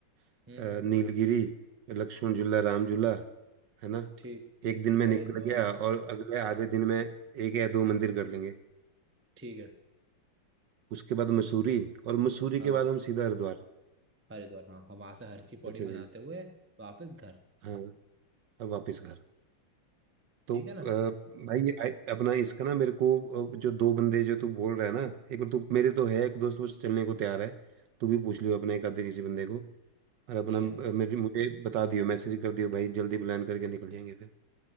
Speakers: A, on the right (about 70°); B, on the right (about 15°).
A: अ,
B: हम्म, हम्म,
A: नीलगिरी
B: हम्म,
A: लक्ष्मण झूला राम झूला है ना
B: ठीक
A: एक दिन में निकल
B: हरिद्वार
A: गया और अगले आधे दिन में एक या दो मंदिर कर लेंगे
B: ठीक है
A: उसके बाद मसूरी और मसूरी
B: हाँ
A: के
B: हाँ
A: बाद हम सीधा हरिद्वार
B: हरिद्वार हाँ हम वहां से हर की पौड़ी
A: चौथे
B: मनाते
A: दिन
B: हुए वापस घर
A: हाँ अब वापस घर तो
B: ठीक
A: अ,
B: है ना
A: भाई ये आई- अपना इसका ना मेरे को अ, जो दो बंदे जो तू बोल रहा है ना एक बार तू मेरे तो है एक दोस्त वो चलने को तैयार है तू भी पूछ लियो अपने एक आधे किसी बंदे को और अपना
B: ठीक
A: अ,
B: है
A: मेरे मुझे बता दियो मैसेज कर दियो भाई जल्दी प्लान करके निकल जाएंगे फिर